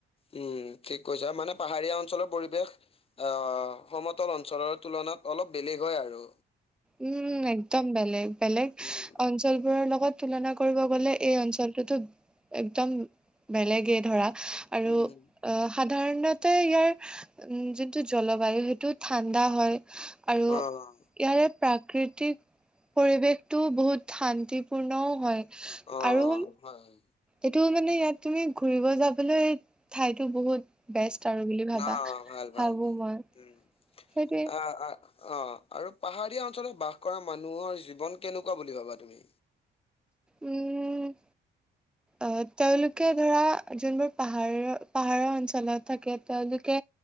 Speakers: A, on the left (about 30°); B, in the centre.
A: উম' ঠিক কৈছা মানে পাহাৰীয়া অঞ্চলৰ পৰিৱেশ আহ সমতল অঞ্চলৰ তুলনাত অলপ বেলেগ হয় আৰু।
B: উম, একদম বেলেগ, বেলেগ
A: উম,
B: অঞ্চলবোৰৰ লগ লগত তুলনা কৰিব গ'লে এই অঞ্চলটোতো একদম বেলেগেই ধৰা আৰু
A: উম
B: আ সাধাৰণতে ইয়াৰ উম যিটো জলবায়ু সেইটো ঠাণ্ডা হয়। আৰু
A: অ',
B: ইয়াৰ প্ৰাকৃতিক পৰিৱেশটোও বহুত শান্তিপূৰ্ণও হয়।
A: অ',
B: আৰু
A: -অ' হয়।
B: এইটো মানে ইয়াত তুমি ঘুৰিব যাবলৈ ঠাইতো বহুত বেষ্ট। আৰু বুলি ভাবা।
A: অ' ভাল-ভাল
B: ভাবো মই
A: উম
B: সেইটোৱে
A: আ অ' আৰু পাহাৰীয়া অঞ্চলত বাস কৰা মানুহৰ জীৱন কেনেকুৱা বুলি ভাবা তুমি
B: উম'। অ' তেওঁলোকে ধৰা যোনবোৰ পাহাৰৰ, পাহাৰৰ অঞ্চলত থাকে তেওঁলোকে